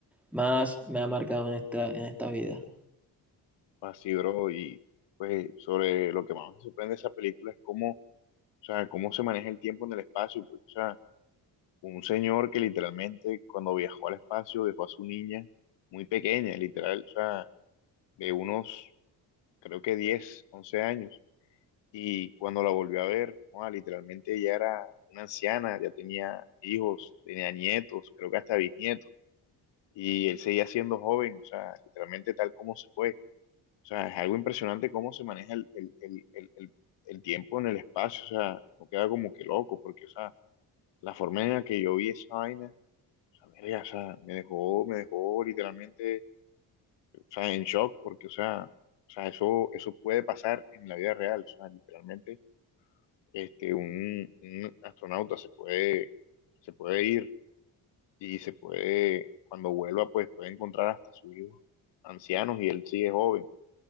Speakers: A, in the centre; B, on the left.
A: más me ha marcado en esta, en esta vida.
B: así, bro, y pues sobre lo que más me sorprende de esa película es cómo O sea, cómo se maneja el tiempo en el espacio, porque, o sea, un señor que literalmente cuando viajó al espacio dejó a su niña muy pequeña, literal, o sea, de unos, creo que 10 11 años, y cuando la volvió a ver, joda, literalmente ella era una anciana, ya tenía hijos, tenía nietos, creo que hasta bisnietos, y él seguía siendo joven, o sea, literalmente tal como se fue. O sea, es algo impresionante cómo se maneja el, el, el, el, el- el tiempo en el espacio, o sea, no queda como que loco, porque, o sea, la forma en la que yo vi esa vaina, o sea, verga, o sea, me dejó, me dejó literalmente, o sea, en shock, porque, o sea, o sea, eso, eso puede pasar en la vida real, o sea, literalmente, este, un, un astronauta se puede, se puede ir y se puede, cuando vuelva, pues puede encontrar hasta sus hijos ancianos y él sigue joven,